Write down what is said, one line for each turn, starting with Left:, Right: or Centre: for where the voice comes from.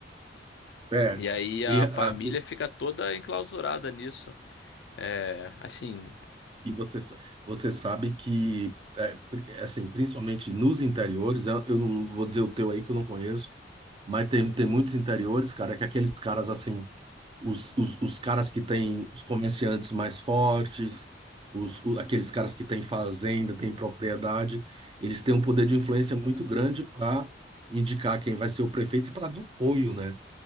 Right: É.
Left: E aí a
Right: E assim,
Left: família fica toda enclausurada nisso. É, assim,
Right: e você, você sabe que é, pri- assim, principalmente nos interiores, eu eu não vou dizer o teu aí que eu não conheço, mas tem, tem muitos interiores, cara, que aqueles caras assim os, os, os caras que têm os comerciantes mais fortes, os, o- aqueles caras que têm fazenda, têm propriedade, eles têm um poder de influência muito grande para indicar quem vai ser o prefeito e para dar apoio, né?